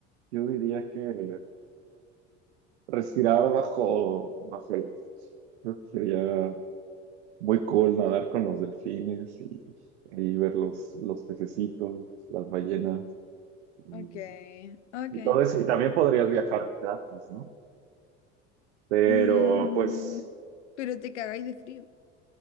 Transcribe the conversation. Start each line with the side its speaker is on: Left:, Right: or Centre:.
Right: yo diría que respirar bajo, bajo el- creo que sería muy cool nadar con los delfines y, y ver los, los pececitos, las ballenas y,
Left: Ok, ok.
Right: y todo eso. Y también podrías viajar gratis, ¿no? Pero
Left: Mm,
Right: pues
Left: pero te cagáis de frío.